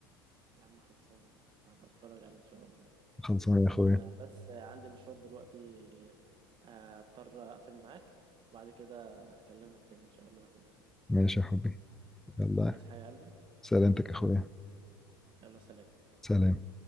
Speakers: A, on the right (about 40°); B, in the centre.
A: يا عم خلصانة هبقى اتفرج عليه ان شاء الله
B: خلصانه يا اخويا
A: انا بس عندي مشوار دلوقتي هضطر اقفل معاك وبعد كده هكلمك تاني ان شاء الله يا اخويا
B: ماشي يا حبي يلا
A: عايز حاجة يا قلبي
B: سلامتك يا اخويا
A: يلا سلام
B: سلام